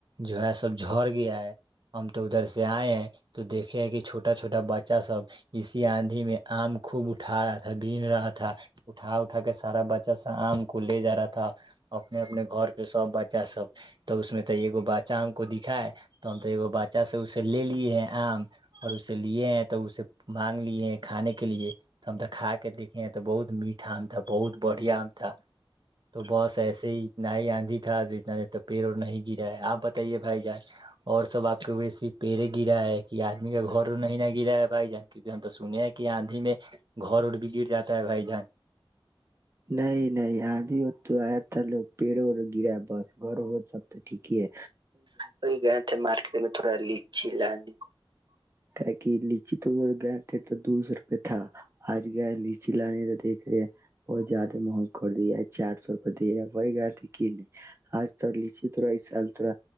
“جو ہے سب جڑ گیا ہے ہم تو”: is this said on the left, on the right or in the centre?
Right